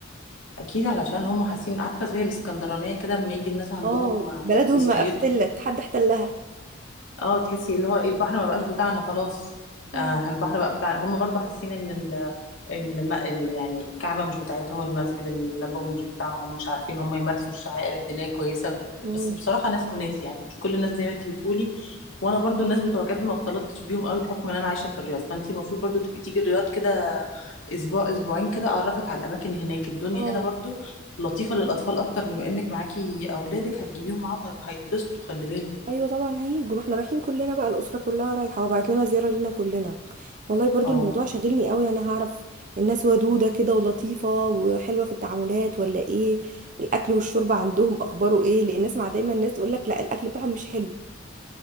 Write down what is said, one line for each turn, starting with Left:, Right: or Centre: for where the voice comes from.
Left: اكيد علشان هم حاسين عارفه زي الاسكندرانيه كده لما يجي الناس عندهم
Right: اه بلدهم
Left: يصيفوا
Right: ما احتلت حد احتلها
Left: اه تحسي اللي هو البحر ما بقاش بتاعنا خلاص
Right: اه
Left: آه البحر بقى بتاع هم برضو حاسين ان ال... الم... ال- يعني الكعبة مش بتاعتهم المسجد النبوي مش بتاعهم مش عارفين هم يمارسوا الشعائر الدينية كويسة ب-
Right: مم.
Left: بس بصراحة ناس وناس يعني مش كل الناس زي ما انت بتقولي وانا برضو الناس بتوع جد ما اختلطتش بيهم قوي بحكم ان انا عايشة في الرياض فانت المفروض برضو تبقي تيجي الرياض كده اسبوع اسبوعين كده اعرفك على الاماكن هناك الدنيا
Right: اه
Left: هنا برضو لطيفة للاطفال اكتر بما انك معاكي اولادك هتجيبيهم معاهم هيتبسطوا خلي بالك
Right: ايوه طبعا هيجوا ما احنا رايحين كلنا بقى الاسره كلها رايحه وبعت لنا زياره لينا كلنا والله برضو
Left: اه
Right: الموضوع شاغلني قوي يعني هعرف الناس ودوده كده ولطيفه وحلوه في التعاملات ولا ايه الاكل والشرب عندهم اخباره ايه لان اسمع دايما الناس تقول لك لا الاكل بتاعهم مش حلو